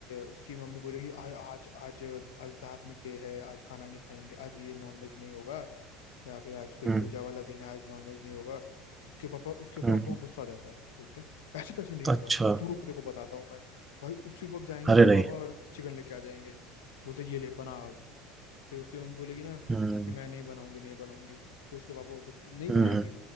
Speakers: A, on the left; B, on the right.
A: उसकी मम्मी बोलेगी "आ- आज आज आज धार्मिक डे है आज खाना नहीं खाएंगे आज ये नॉनवेज नहीं होगा या फिर आज कोई
B: हम्म
A: पूजा वाला दिन है आज नॉनवेज नहीं होगा उसके पापा उसके पापा
B: हम्म
A: को गुस्सा आ जाता है बोलते हैं ऐसे कैसे नहीं होगा
B: अच्छा
A: तू रुक देखो बताता हूँ मैं भाई उसी वक्त जाएंगे
B: अरे
A: उसके
B: नहीं
A: पापा और चिकन लेके आ जाएंगे बोलते हैं, ये ले बना फिर उसकी मम्मी बोलेगी ना
B: हम्म
A: कि मैं नहीं बनाऊंगी नहीं बनाऊंगी फिर उसके पापा बोलते तू नहीं
B: हम्म
A: बनाएगी
B: हम्म।